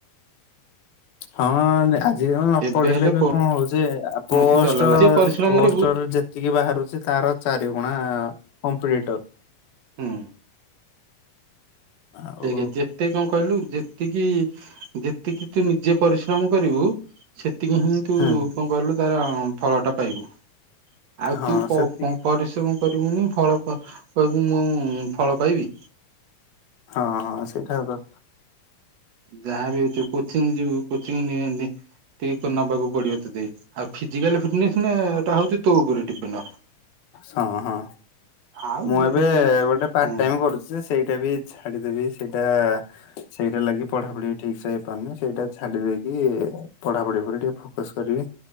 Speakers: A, on the left; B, on the right.
A: ହଁ। ଯିଏ ନ
B: କେବେ
A: ପଢିଲେ
B: ହେଲେ
A: ବି
B: କୋ
A: କଣ ହଉଛି
B: କୌଣସି
A: ପୋଷ୍ଟ
B: ଦଲାଲ ଯିଏ ପରିଶ୍ରମ
A: ପୋଷ୍ଟରରେ
B: କରିବୁ
A: ଯେତିକି ବାହାରୁ ତାର ଚାରିଗୁଣା କମ୍ପିଟିଟର।
B: ହୁଁ।
A: ଆଉ
B: ଦେଖେ ଯେତକ କଣ କହିଲୁ ଯେତିକି ଯେତିକି ତୁ ନିଜେ ପରିଶ୍ରମ କରିବୁ ସେତିକି ହିଁ ତୁ
A: ହୁଁ
B: କଣ କଲୁ ତାର ଫଳଟା ପାଇବୁ। ଆଉ
A: ହଁ
B: ତୁ
A: ସେତିକି
B: ପରିଶ୍ରମ କରୁ <unintelligible> ଫଳ କହିବୁ ମୁଁ ଫଳ ପାଇବି।
A: ହଁ ହଁ ସେଇଟା ସତ।
B: ଯାହାବ ହଉଛି କୋଚିଂ ଯିବି କୋଚିଂ ନେ ଟିକେ ନବାକୁ ପଡିବ ତତେ ଆଉ ଫିଜିକାଲ ଫିଟନେସଟା ନା ହଉଛି ତୋ ଉପରେ ଡିପେନଣ୍ଡ।
A: ହଁ ହଁ
B: ଆଉ
A: ମୁଁ ଏବେ ଗୋଟେ ପାର୍ଟ
B: ହଁ
A: ଟାଇମ କରୁଛି ସେଇଟା ବି ଛାଡିଦେବି ସେଇଟା ସେଇଟା ଲାଗି ପଢାପଢି ବି ଠିକ ସେ ହେଇପାରୁନି ସେଇଟା ଛାଡିଦବି। ପଢାପଢି ଉପରେ ଟିକେ ଫୋକସ କରିବି।